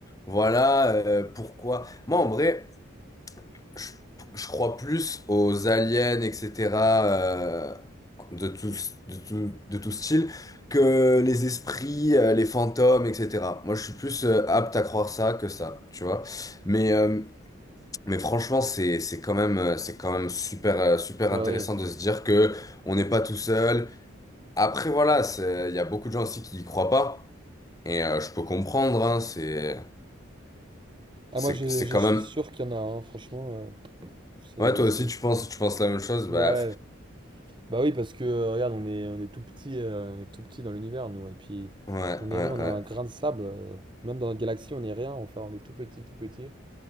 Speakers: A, on the left (about 15°); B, on the right (about 25°).
A: voilà, euh, pourquoi. Moi en vrai je, je crois plus aux aliens, etc. euh, de tout, de tout, de tout style que les esprits, euh, les fantômes, etc. Moi, je suis plus euh, apte à croire ça que ça, tu vois. Mais, euh, mais franchement, c'est, c'est quand même, euh, c'est quand même super, euh, super
B: bah
A: intéressant
B: oui.
A: de se dire que on n'est pas tout seul. Après, voilà, c'est- il y a beaucoup de gens aussi qui y croient pas. Et euh, je peux comprendre, hein, c'est,
B: Ah,
A: c'est,
B: moi, je,
A: c'est
B: je
A: quand
B: suis
A: même.
B: sûr qu'il y en a, hein, franchement. euh, c'est,
A: Ouais, toi
B: c'est-
A: aussi, tu penses, tu penses la même chose.
B: Ouais.
A: Bah,
B: Bah oui, parce que, euh, regarde, on est, on est tout petit, euh, on est tout petit dans l'univers, nous. Et puis,
A: ouais,
B: on est
A: ouais,
B: rien, on
A: ouais.
B: a un grain de sable. euh, Même dans notre galaxie, on est rien. Enfin, on est tout petit, tout petit.